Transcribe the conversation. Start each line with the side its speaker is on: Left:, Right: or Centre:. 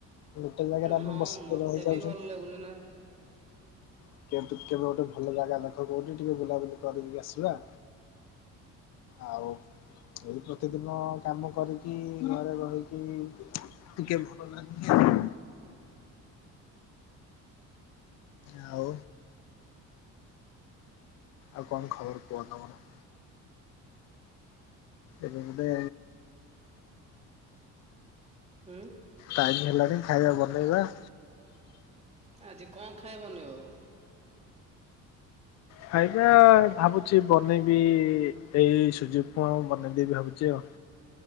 Left: ଗୋଟେ ଜାଗାରେ ଆମେ
Right: ହଁ
Left: ବସିକି
Right: ମତେ
Left: ରହି ଯାଉଚନ୍ତି।
Right: <unintelligible>
Left: <unintelligible> କେବେ ମୁଁ ଗୋଟେ ଭଲ ଜାଗା ଦେଖ କୋଉଠି ଟିକେ ବୁଲାବୁଲି କରିକି ଆସିବା। ଆଉ ଏଇ ପ୍ରତିଦିନ କାମ କରିକି ଘରେ ରହିକି ଟିକେ ଭଲ ଲାଗି <unintelligible> ଆଉ ଆଉ କଣ ଖବର କୁହ ତମର? ଏବେ ଗୁଟେ
Right: ଉଁ
Left: ଟାଇମ୍ ହେଲାଣିି ଖାଇବା ବନେଇବା।
Right: ଆଜି କଣ ଖାଇ ବନେଇବ?
Left: ଖାଇବା ଭାବୁଚି ବନେଇବି ଏଇ ସୁଜି ଉପମା ବନେଇଦେବି ଭାବୁଚି ଆଉ।